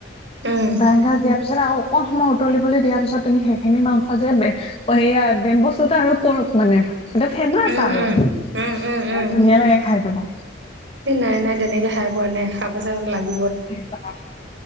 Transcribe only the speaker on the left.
বাঁহগাজ দিয়াৰ পিছত আৰু অকণ সময় উতলিবলৈ দিয়াৰ পিছত, তুমি সেইখিনি মাংস যে অ', সেইয়াই, বেম্বো চুত আৰু পৰ্ক মানে, এইটো ফেমাচ
আৰু।
এই
ধুনীয়া লাগে খাই পেলাই।
চাবা।